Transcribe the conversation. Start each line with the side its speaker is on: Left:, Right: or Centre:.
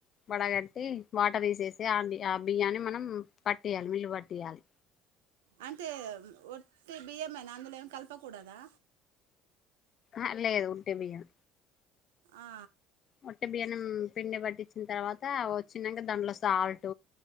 Left: వడగట్టి వాటర్ తీసేసి ఆ బియ్యాన్ని మనం పట్టేయాలి మిల్లు పట్టేయాలి
Right: అంటే ఒట్టటి బియ్యమైనా అందులో ఏమి కలపకూడదా
Left: అ లేదు ఉంటే బయ్యను
Right: ఆ
Left: మట్టే బియనం పిండి పట్టించిన తర్వాత వచ్చినక దాంట్లో సాల్ట్